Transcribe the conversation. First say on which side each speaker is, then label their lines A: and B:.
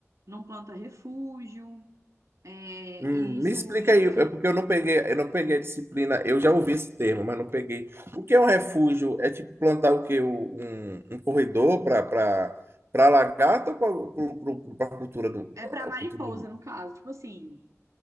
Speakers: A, on the right; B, on the right.
A: não planta refúgio, é,
B: Hum,
A: e isso
B: me explica
A: meio
B: aí, é
A: que
B: porque eu não peguei, eu não peguei a disciplina, eu já ouvi esse termo, mas não peguei. O que é um refúgio? É tipo plantar o quê? O- Um, um corredor para para para a lagarta ou para a cultura do,
A: é para
B: a
A: mariposa
B: cultura do-
A: no caso, tipo assim,